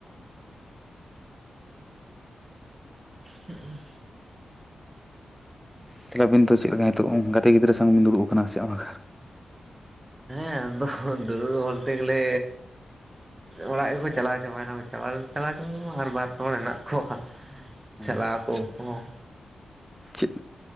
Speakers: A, on the right (about 20°); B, in the centre.
A: ᱦᱩᱸᱜᱼᱩᱸ᱾
B: ᱛᱟᱦᱚᱞᱮ ᱟᱹᱵᱤᱱ ᱪᱮᱫᱞᱮᱠᱟ ᱱᱤᱛᱚᱜ ᱜᱟᱛᱮ ᱜᱤᱫᱽᱨᱟᱹ ᱥᱟᱝ ᱵᱤᱱ ᱫᱩᱲᱩᱵ ᱠᱟᱱᱟ ᱥᱮ ᱚᱱᱠᱟ ᱠᱚᱨᱮ?
A: ᱦᱮᱸ ᱟᱫᱚ ᱫᱩᱲᱩᱵᱽ ᱵᱚᱞᱛᱮ ᱜᱮᱞᱮ ᱚᱲᱟᱜ ᱜᱮᱠᱚ ᱪᱟᱞᱟᱣ ᱪᱟᱵᱟᱭᱱᱟ ᱾ ᱪᱟᱵᱟ ᱫᱚ ᱪᱟᱞᱟᱣ ᱪᱟᱵᱟ ᱟᱨ ᱵᱟᱨ, ᱯᱮ ᱦᱚᱲ ᱦᱮᱸᱱᱟᱜ ᱠᱚᱣᱟ
B: ᱟᱪᱪᱷᱟ
A: ᱪᱟᱞᱟᱜ ᱟᱠᱚ
B: ᱟᱪᱪᱷᱟ
A: ᱩᱱᱠᱩ ᱦᱚᱸ᱾
B: ᱪᱮᱫ